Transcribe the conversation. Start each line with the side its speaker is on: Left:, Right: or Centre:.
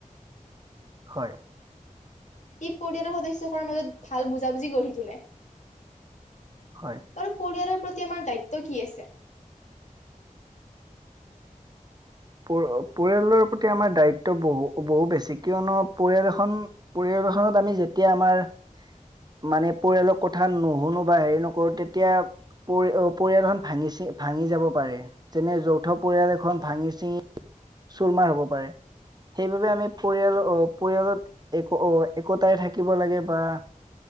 Right: হয়।
Left: ই পৰিয়ালৰ সদস্যসকলৰ মাজত ভাল বুজাবুজি গঢ়ি তোলে।
Right: হয়।
Left: আৰু পৰিয়ালৰ প্ৰতি আমাৰ দায়িত্ব কি আছে?
Right: পৰ পৰিয়ালৰ প্ৰতি আমাৰ দায়িত্ব বহু বহু বেছি কিয়নো পৰিয়াল এখন পৰিয়াল এখনত আমি যেতিয়া আমাৰ মানে পৰিয়ালৰ কথা নুহুনো বা হেৰি নকৰো তেতিয়া পৰি অ পৰিয়ালখন ভাঙি চি ভাঙি যাব পাৰে যেনে যৌথ পৰিয়াল এখন ভাঙি চিঙি চুৰমাৰ হব পাৰে সেইবাবে আমি পৰিয়াল অ পৰিয়ালত এক অ একোতাৰে থাকিব লাগে বা